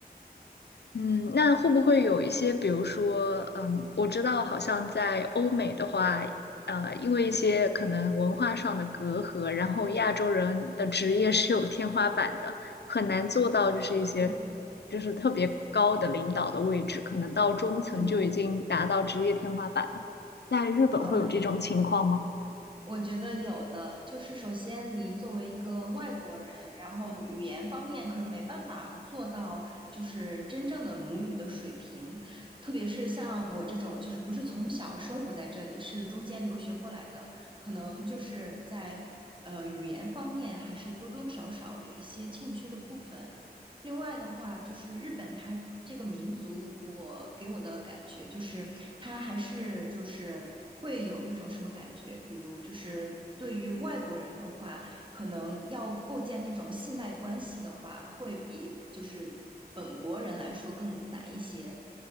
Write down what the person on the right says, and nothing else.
嗯
嗯，
嗯。我觉得有的，就是首先你作为一个外国人，然后语言方面可能没办法做到就是真正的母语的水平，特别是像我这种就是不是从小生活在这里，是中间留学过来的，可能就是在呃语言方面还是多多少少有一些欠缺的部分。另外的话，就是日本它这个民族，我给我的感觉就是它还是就是会有一种什么感觉，比如就是对于外国人的话，可能要构建那种信赖关系的话，会比就是本国人来说更难一些。